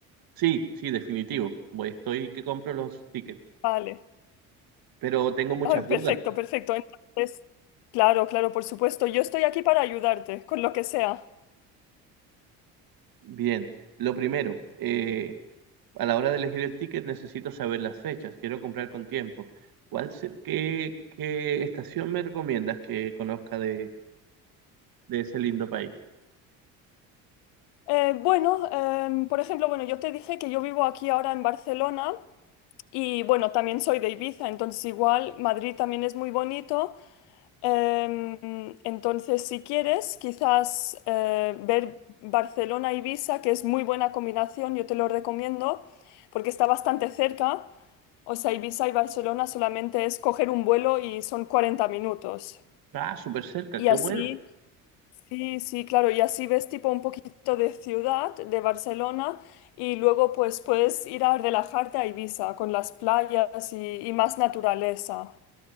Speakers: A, on the right; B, on the left.
A: Sí, sí, definitivo. Voy, estoy que compro los tickets,
B: Vale.
A: pero tengo muchas
B: Ay,
A: dudas.
B: perfecto, perfecto. Entonces, claro, claro, por supuesto. Yo estoy aquí para ayudarte con lo que sea.
A: Bien, lo primero, eh, a la hora de elegir el ticket necesito saber las fechas. Quiero comprar con tiempo. ¿Cuál se- qué, qué estación me recomiendas que conozca de, de ese lindo país?
B: Eh, bueno, em, por ejemplo, bueno, yo te dije que yo vivo aquí ahora en Barcelona y bueno, también soy de Ibiza, entonces igual Madrid también es muy bonito, Em, entonces, si quieres, quizás eh, ver Barcelona-Ibiza, que es muy buena combinación, yo te lo recomiendo, porque está bastante cerca. O sea, Ibiza y Barcelona solamente es coger un vuelo y son 40 minutos.
A: Ah, súper cerca,
B: Y
A: qué
B: así,
A: bueno.
B: sí, sí, claro, y así ves tipo un poquito de ciudad, de Barcelona, y luego pues puedes ir a relajarte a Ibiza con las playas y y más naturaleza.